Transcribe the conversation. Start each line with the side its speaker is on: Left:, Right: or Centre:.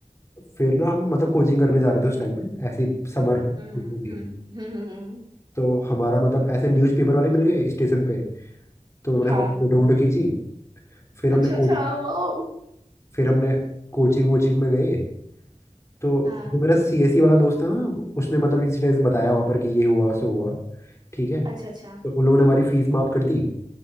Left: फिर ना हम मतलब कोचिंग करने जा रहे थे उस टाइम पे ऐसी समर
Right: हम्म
Left: कोचिंग थी
Right: हम्म हम्म हम्म, हम्म,
Left: तो हमारा मतलब ऐसे न्यूज़पेपर वाले मिल गए स्टेशन पे तो उन्होंने
Right: हाँ
Left: हमारी फोटो वोटो खींची फिर हमने
Right: अच्छा
Left: को,
Right: अच्छा वाह
Left: फिर हमने कोचिंग वोचिंग में गए तो
Right: हाँ
Left: जो मेरा सीएससी वाला दोस्त था ना उसने मतलब इंसिडेंस बताया वहाँ पर कि ये हुआ सो हुआ ठीक है
Right: अच्छा अच्छा
Left: तो उन लोगों ने हमारी फीस माफ कर दी